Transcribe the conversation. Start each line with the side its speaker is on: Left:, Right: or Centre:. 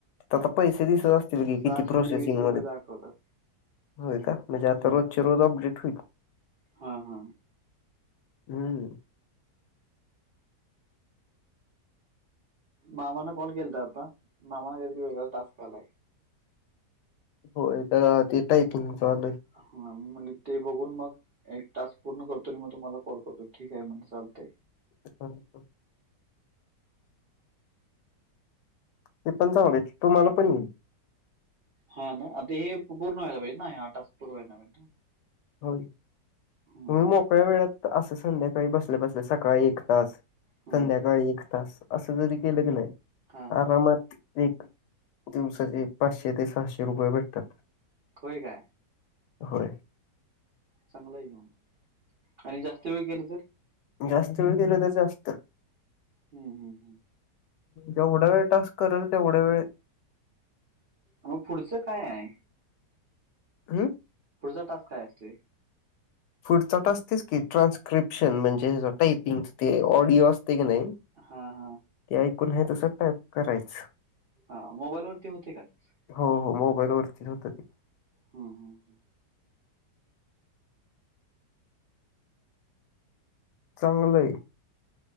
Left: आता पैसे दिसत असतील की
Right: सहाशे
Left: किती प्रोसेसिंग
Right: तेवीस रुपये
Left: मध्येत
Right: दाखवतात
Left: होय का म्हणजे आता
Right: हम्म.
Left: रोजचे रोज अपडेट होईल
Right: हा हा
Left: हम्म
Right: मामाना कॉल केलाता आता मामा वेगळं काहीतरी टास्क आलाय
Left: होय का ते टायपिंगचा आलय
Right: ह मामा म्हणले ते बघून मग एक टास्क पूर्ण करतो आणि मग तुम्हाला कॉल करतो ठीक आहे म्हणलं चालतय
Left: <unintelligible> ते पण चांगलं तुम्हाला पण येईल
Right: हा ना आता हे पूर्ण व्हायला पाहिजे ना हा टास्क पूर्ण व्हायला पाहिजे ना
Left: होय
Right: हम्म.
Left: तुम्ही मोकळ्या वेळात असं संध्याकाळी बसल्या बसल्या सकाळी एक तास
Right: हम्म.
Left: संध्याकाळी एक तास असं जरी केलं की नाही
Right: हा.
Left: आरामात एक दिवसाचे पाचशे ते सहाशे रुपये भेटतात
Right: होय काय
Left: होय
Right: चांगला आहे कि मग आणि जास्त वेळ केलं तर
Left: जास्त वेळ केल तर जास्त
Right: हम्म हम् हम्
Left: जेवढा वेळ टास्क करेल तेवढा वेळ
Right: वो पुढचं काय आहे
Left: हम
Right: पुढचा टास्क काय असतोय
Left: पुढचा टास्क तेच की ट्रान्स्क्रिप्शन म्हणजे टायपिंग ते ऑडिओ असते की नय
Right: हा हा
Left: ते ऐकून हे तसंच टाईप करायच
Right: हा मोबाईल वरती होते का तसं
Left: हो हो मोबाईल वरती होतय ते
Right: हम् हम
Left: चांगलय